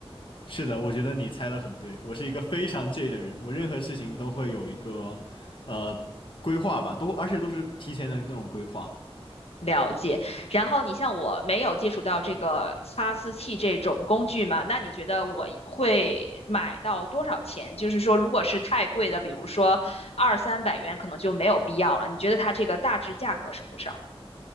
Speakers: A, on the left; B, on the left.
A: 是的，我觉得你猜的很对。我是一个非常介意的人，我任何事情都会有一个呃规划吧，都而且都是提前的那种规划。
B: 了解。然后你像我没有接触到这个擦丝器这种工具嘛，那你觉得我会买到多少钱？就是说，如果是太贵的，比如说二三百元，可能就没有必要了。你觉得它这个大致价格是多少？